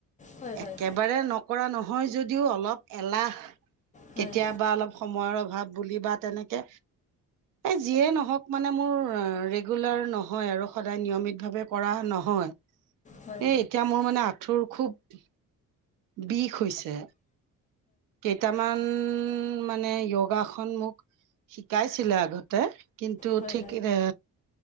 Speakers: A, on the left; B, on the right.
A: হয় হয়
B: একেবাৰে নকৰা নহয় যদি দিও অলপ এলাহ
A: হয়
B: কেতিয়াবা
A: হয়
B: অলপ সময়ৰ অভাৱ বুলি বা তেনেকে এই যিয়ে নহওক মানে মোৰ ৰেগুলাৰ নহয় আৰু সদায় নিয়মিতভাৱে কৰা নহয়।
A: হয়
B: এ এতিয়া মোৰ মানে আ থুৰ খুব বিষ হৈছে। কেইটামান উম মানে য়োগাসন মোক শিকাইছিলে আগতে কিন্তু
A: হয় হয় হয় হয় হয় হয় হয় হয়
B: ঠিক এ